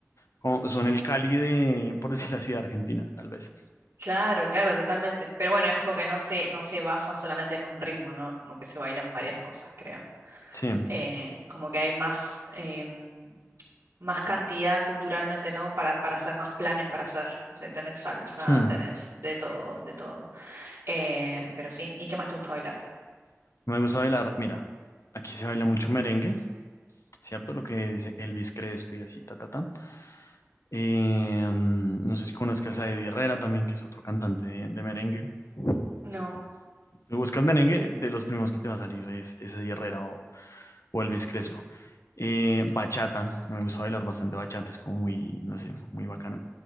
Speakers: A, on the left; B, on the right.
A: como- son el Cali de, por decirlo así, de Argentina, tal vez.
B: Claro, claro, totalmente. Pero bueno, es como que no se, no se basa solamente en un ritmo, ¿no? Es como que se bailan varias cosas, creo.
A: Sí.
B: Eh, como que hay más, em, más cantidad culturalmente, ¿no? Para, para hacer más planes para hacer. O sea, tenés salsa,
A: Hmm.
B: tenés de todo, de todo. Eh, pero sí, ¿y qué más te gusta bailar?
A: Me gusta bailar, mira, aquí se baila mucho merengue. ¿cierto? Lo que es Elvis Crespo y así, ta, ta, ta. Eh, mm, no sé si conozcas a Eddie Herrera también, que es otro cantante de, de merengue.
B: No.
A: Bueno, tú buscas merengue, de los primeros que te va a salir es, es Eddie Herrera o, o Elvis Crespo. Eh, bachata, me gusta bailar bastante bachata, es como muy, no sé, muy bacano.